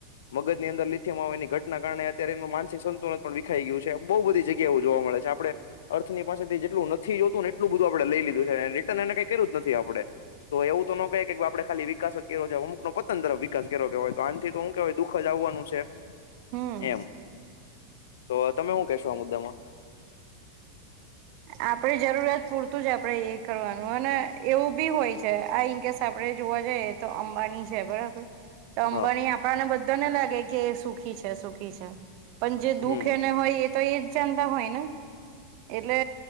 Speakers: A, on the left; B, on the right.
A: મગજની અંદર માં હો એની ઘટના કારણે અત્યારે એમનું માનસિક સંતુલન પણ વિેખાઈ ગયું છે બહુ બધી જગ્યા એ જોવા મળે છે આપણે અર્થની પાસેથી જેટલું નથી જોતું ને એટલું બધું આપણે લઈ લીધું છે રિટર્ન એને કઈ કરું જ નથી આપણે તો એવું તો નો કહે કે આપડે ખાલી વિકાસ જ કર્યો છે હમુકનો પતન તરફ વિકાસ કર્યો કેવાય તો આથી તો હું કેવાય. દુખ જ આવવાનું છે.
B: હમ
A: એમ તો તમે હું કેશો આ મુદ્દામાં
B: આપણે જરૂરિયાત પૂરતું જ આપણે એ કરવાનું અને એવું બી હોય છે આ ઇનકેસ આપણે જોવા જઈએ તો અંબાની છે બરાબર તો અંબાણી
A: હા
B: આપણાને બધાને લાગે કે સુખી છે સુખી છે. પણ જે દુખ
A: હમ
B: એને હોય એ તો એજ જાનતા હોય ને એટલે